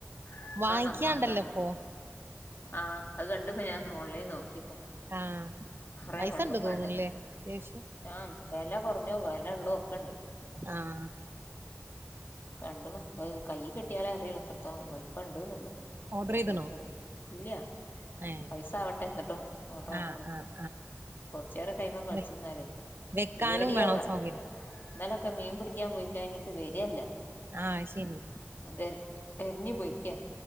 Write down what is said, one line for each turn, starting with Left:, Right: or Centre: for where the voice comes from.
Left: ഒക്കാ
Right: വാങ്ങിക്കാണ്ടല്ലോ
Left: നന്നാക്കാണ്ട്
Right: ഇപ്പൊ
Left: ആ അത് കണ്ടു പോ ഞാൻന്ന് ഓൺലൈൻ നോക്കിപ്പോ
Right: ആഹ്
Left: കുറെ
Right: പൈസ
Left: വെള്ളവും
Right: ഇണ്ട് തോന്ന്ണ്ല്ലേ
Left: വേണ്ടേ
Right: അത്യാവശ്യം
Left: ആ വില കുറഞ്ഞോ വിലള്ളോക്കെ ഉണ്ട്.
Right: ആഹ
Left: കണ്ടണ് കൈ കെട്ടിയാല അറിയില്ലോ എത്രത്തോ വലുപ്പം ഉണ്ടന്നുള്ള്
Right: ഓർഡർ
Left: വലുതോ
Right: ചെയ്ത്ണോ
Left: ചെറു ഇല്ല
Right: ഏഹ്
Left: പൈസ ആവട്ടെ, എന്നിട്ട് ഓർഡർ ആക്കണം.
Right: ആഹ് ആഹ്
Left: കുറച്ച നേരെക്കെ അയിമേ
Right: ആഹ്
Left: കളിച്ചിരുന്നാലേ
Right: വെക്കാനും
Left: പേടിയവ
Right: വേണം സൗകര്യം
Left: ഇന്നലൊക്കെ മീൻ പിടിക്കാൻ പോയി കഴിഞ്ഞിട്ട് വരിയല്ല.
Right: ആഹ് ശരി
Left: അത് എറിഞ്ഞു പോയിക്കാ.